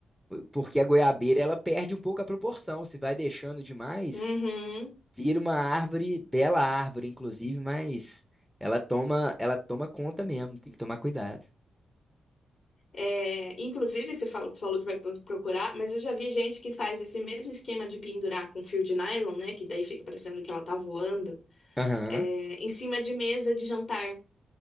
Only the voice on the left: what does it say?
uhum.
É, inclusive, você fal- falou que vai pro- procurar, mas eu já vi gente que faz esse mesmo esquema de pendurar com fio de nylon, né? Que daí fica parecendo que ela tá voando,
é, em cima de mesa de jantar.